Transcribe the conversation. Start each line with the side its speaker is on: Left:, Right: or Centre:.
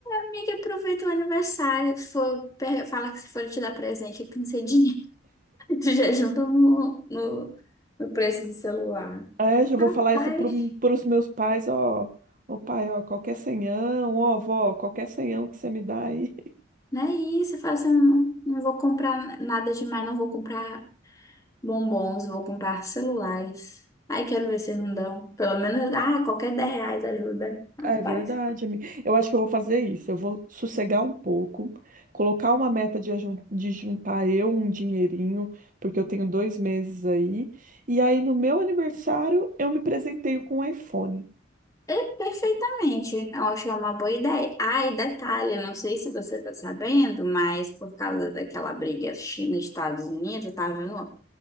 Left: Amiga, aproveita o aniversário, se for, per- fala que se for te dar presente, tem que ser dinheiro. <laughs> Tu já junta no, no, no preço do celular.
Right: É, já vou
Left: Rapaz.
Right: falar isso para os meus pais, ó, ô pai, ó, qualquer senhão, ó, vó, qualquer senhão que você me dá aí.
Left: né? E você fala assim, eu não, não vou comprar nada demais, não vou comprar bombons, vou comprar celulares. Aí quero ver se não dão. Pelo menos, ah, qualquer 10 reais ajuda. Rapaz.
Right: É verdade, amiga. Eu acho que eu vou fazer isso. Eu vou sossegar um pouco, colocar uma meta de, ajun- de juntar eu um dinheirinho, porque eu tenho dois meses aí. E aí, no meu aniversário, eu me presenteio com um iPhone.
Left: É perfeitamente. Eu acho que é uma boa ideia. Ah, e detalhe, eu não sei se você tá sabendo, mas por causa daquela briga China-Estados Unidos, tá vendo?